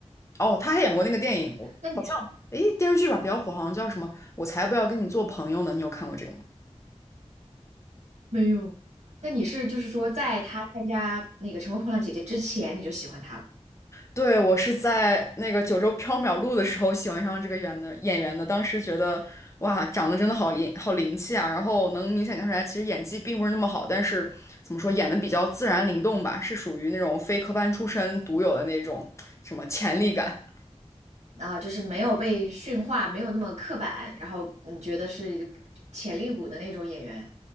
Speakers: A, on the left; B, on the right.
A: 哦，他还演过那个电影，我好像诶电视剧吧比较火，
B: 那你是
A: 好像叫什么《我才不要跟你做朋友呢》，你有看过这个吗？
B: 没有？那你是就是说，在他参加那个《乘风破浪姐姐》之前，你就喜欢他了？
A: 对，我是在那个九州缥缈录的时候喜欢上这个演的演员的，当时觉得哇，长得真的好英好灵气啊，然后能明显看出来，其实演技并不是那么好，但是怎么说，演的比较自然灵动吧，是属于那种非科班出身独有的那种什么潜力感。
B: 然后就是没有被驯化，没有那么刻板，然后你觉得是潜力股的那种演员。